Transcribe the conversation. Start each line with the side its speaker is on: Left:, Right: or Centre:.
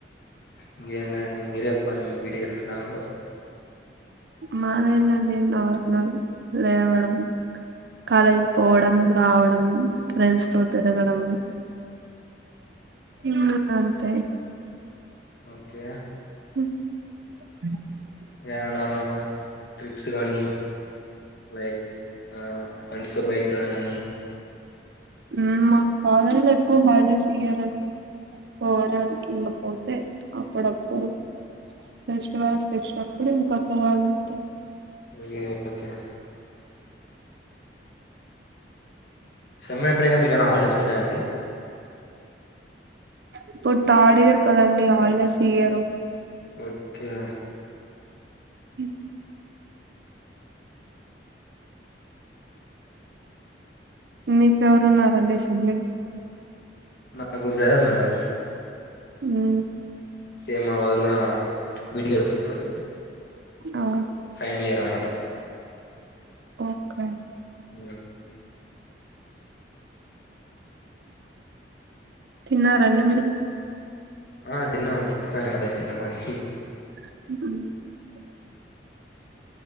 Left: ఇంకేంలేదండి, మీరే చెప్పాలి, మీ బీటేక్ ఎట్లా ఉందొ.
Right: మాదెంలేంది నార్మల్ లేేవడం. కాలేజీ పోవడం, రావడం, ఫ్రెండ్స్ తో తిరగడం. ఉమ్ అంతే.
Left: ఓకే.
Right: హ
Left: ఏడ ట్రిప్స్ గానీ. లైక్ ఆ ఫ్రెండ్స్ తో బైక్ వెళ్ళడం గానీ.
Right: ఉమ్ మా కాలేజిలో ఎక్కువ హాల్ డేస్ ఇయ్యారండి. పోడానికి ఇంగ పోతే అప్పుడప్పుడు. ఫెస్టివల్స్ తెచ్చినప్పుడు ఇంకా పోవాలంతే.
Left: విఎ ఓకే. సేమ్ అయిపోయినక్కా మీకేమైనా హల్ డేస్లు ఉంటాయండి.
Right: ఇప్పుడు తాడఇయర్ కదండీ, హల్ డేస్ ఇయ్యారు.
Left: ఓక్కే.
Right: అ మీకెవరున్నారండి, సెల్లింగ్స్.
Left: నాకు బ్రదర్ ఉన్నాడండి.
Right: ఉమ్.
Left: సేమ్ మాములుగునా వీడియో చస్తున్నాడు.
Right: ఆ
Left: ఫైనల్ ఇయర్ అన్నమాట.
Right: ఓకే.
Left: హ
Right: తిన్నారండి మీరు.
Left: ఆ తిన్నామాం తిన్నానప్పడే తిన్నామండి.
Right: ఉ